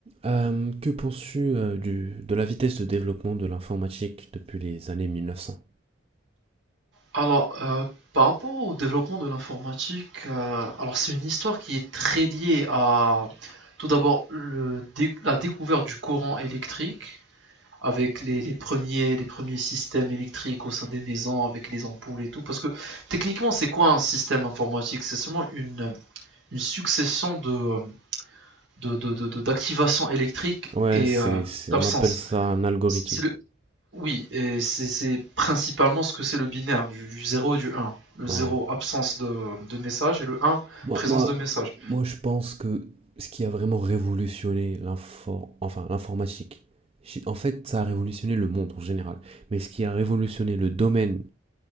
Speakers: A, on the right; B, on the right.
A: Euh, que penses-tu euh, du, de la vitesse de développement de l'informatique depuis les années 1900?
B: Alors, euh, par rapport au développement de l'informatique, euh, alors c'est une histoire qui est très liée à tout d'abord le dé- la découverte du courant électrique avec les, les premiers, les premiers systèmes électriques au sein des maisons avec les ampoules et tout. Parce que techniquement, c'est quoi un système informatique? C'est seulement une, une succession de, de, de, de- de- d'activations électriques
A: Ouais,
B: et
A: c'est,
B: euh,
A: c'est,
B: d'absence.
A: on appelle ça un algorithme.
B: C'est oui, et c'est c'est principalement ce que c'est le binaire, du, du 0 et du un, Le
A: Ouais.
B: zéro absence de, de message, et le un
A: Moi,
B: présence
A: moi,
B: de message.
A: moi, je pense que ce qui a vraiment révolutionné l'infor- enfin, l'informatique, j'ai- en fait, ça a révolutionné le monde en général. Mais ce qui a révolutionné le domaine